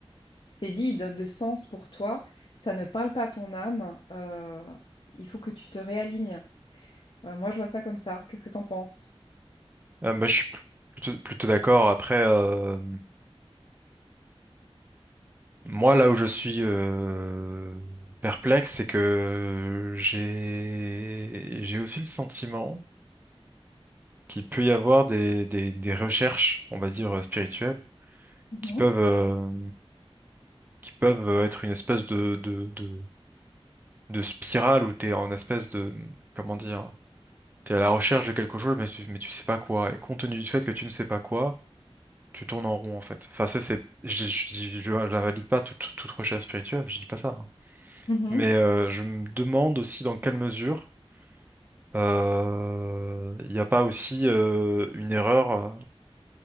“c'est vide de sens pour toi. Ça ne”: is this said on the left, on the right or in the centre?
Left